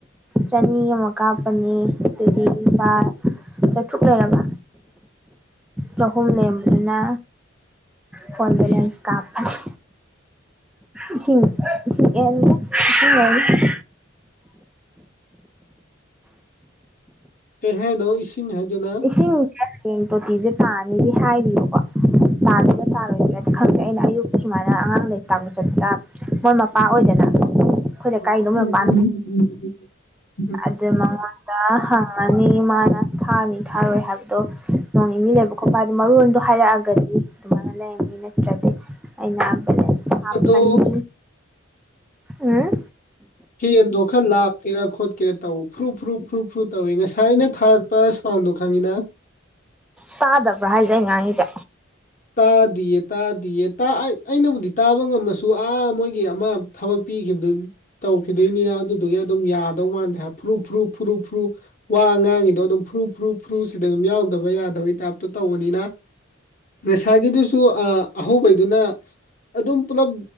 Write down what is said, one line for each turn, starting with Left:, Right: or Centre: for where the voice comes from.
Centre: ꯆꯅꯤ ꯑꯃ ꯀꯥꯞꯄꯅꯤ ꯑꯗꯨꯗꯤ ꯂꯨꯄꯥ ꯆꯥꯇ꯭ꯔꯨꯛ ꯂꯩꯔꯕ ꯆꯍꯨꯝ ꯂꯦꯝꯕꯗꯨꯅ ꯐꯣꯟ ꯕꯦꯂꯦꯟꯁ ꯀꯥꯞꯄꯅꯤ ꯏꯁꯤꯡ ꯏꯁꯤꯡ ꯑꯦꯟꯗ ꯏꯁꯤꯡꯅ ꯂꯩꯅꯤ
Left: ꯀꯩ ꯍꯥꯏꯅꯣ ꯏꯁꯤꯡ ꯍꯥꯏꯗꯨꯅ
Centre: ꯏꯁꯤꯡꯖꯦ ꯍꯌꯦꯡ ꯇꯣꯇꯤꯖꯦ ꯇꯥꯅꯦꯗꯤ ꯍꯥꯏꯔꯤꯕꯀꯣ ꯇꯥꯒꯗꯔ ꯇꯥꯔꯣꯏꯗ꯭ꯔꯗꯤ ꯈꯪꯗꯦ ꯑꯩꯅ ꯑꯌꯨꯛ ꯁꯨꯃꯥꯏꯅ ꯑꯉꯥꯡ ꯂꯥꯏꯔꯤꯛ ꯇꯥꯛꯄ ꯆꯠꯄꯗ ꯃꯣꯏ ꯃꯄꯥ ꯑꯣꯏꯗꯅ ꯑꯩꯈꯣꯏ
Left: <inaudible>
Centre: ꯂꯩꯀꯥꯏꯒꯤꯗꯣ ꯃꯣꯏ ꯃꯄꯥꯅ ꯑꯗꯨ ꯃꯉꫭꯟ ꯗꯥ ꯍꯪꯉꯅꯤ ꯃꯥꯅ ꯊꯥꯔꯅꯤ ꯊꯥꯔꯣꯏ ꯍꯥꯏꯕꯗꯣ ꯅꯣꯡ ꯅꯤꯅꯤ ꯂꯩꯕ ꯃꯔꯣꯟꯗꯣ ꯍꯥꯏꯔꯛꯑꯒꯗꯤ ꯑꯗꯨꯃꯥꯏꯅ ꯂꯩꯔꯅꯤ ꯅꯠꯇ꯭ꯔꯗꯤ ꯑꯩꯅ ꯁꯥꯞꯐꯅꯤ
Left: ꯑꯗꯣ
Centre: ꯎꯝ
Left: ꯐꯦꯟꯗꯣ ꯈꯔꯥꯞꯀꯦꯔ ꯈꯣꯠꯀꯦꯔꯥ ꯇꯧ ꯐ꯭ꯔꯨꯞ ꯐꯨꯨꯞ ꯐꯨꯨꯞ ꯐ꯭ꯔꯨ ꯇꯧꯏꯦ ꯉꯁꯥꯏꯅ ꯊꯥꯔꯛ ꯄ ꯁꯥꯎꯟꯗꯣ ꯈꯪꯉꯤꯅ
Centre: ꯇꯥꯗꯕ꯭ꯔꯥ ꯍꯥꯏꯖꯦ ꯑꯩ ꯉꯥꯡꯉꯤꯖꯦ
Left: ꯇꯥꯗꯤꯌꯦ ꯇꯥꯗꯤꯌꯦ ꯑꯩꯅꯕꯨꯗꯤ ꯇꯥꯕ ꯉꯝꯃꯁꯨ ꯑꯥ ꯃꯣꯏꯒꯤ ꯑꯃ ꯊꯕꯛ ꯄꯤ ꯇꯧꯈꯤꯗꯣꯏꯅꯤꯅ ꯑꯗꯨꯗꯨꯒꯤ ꯑꯗꯨꯝ ꯌꯥ ꯗꯧ ꯃꯥꯟꯗꯦ ꯐꯨꯔꯨ ꯐꯔꯨ ꯐꯔꯨ ꯐꯨꯔꯨ ꯋꯥ ꯉꯥꯡꯉꯤꯗꯣ ꯑꯗꯨꯝ ꯐꯨꯔꯨ ꯐꯨꯔꯨ ꯐꯨꯔꯨꯁꯤꯗ ꯑꯗꯨꯝ ꯌꯥꯎꯗꯕ ꯌꯥꯗꯕꯩ ꯇꯥꯏꯞꯇ ꯇꯧꯕꯅꯤꯅ ꯃꯦꯁꯥꯒꯤꯗꯨꯁꯨ ꯑꯍꯧꯕꯩꯗꯨꯅ ꯑꯗꯨꯝ ꯄꯨꯂꯞ